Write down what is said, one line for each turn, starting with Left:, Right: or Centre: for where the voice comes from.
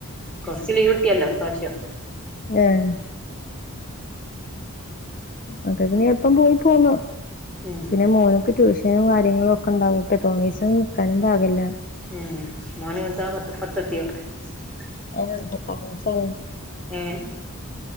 Centre: കൊർച്ച് ലീവ്ട്ട്യല്ലോ പ്രാശ്യം
Left: ആഹ് അതെ ഇതിനി എപ്പം പോയി പോന്നോ
Centre: ഉം
Left: പിന്നെ മോൻക്ക് ട്യൂഷ കാര്യങ്ങളൊക്കെ ഉണ്ടാവോട്ട് തോനെ ദിവസം ഒന്നും ന്ക്കാനും പാടില്ല
Centre: ഉം മോന് എന്താ പത്ത് പത്തെത്തിയോ <inaudible>
Left: ആ <unintelligible>
Centre: ഏഹ്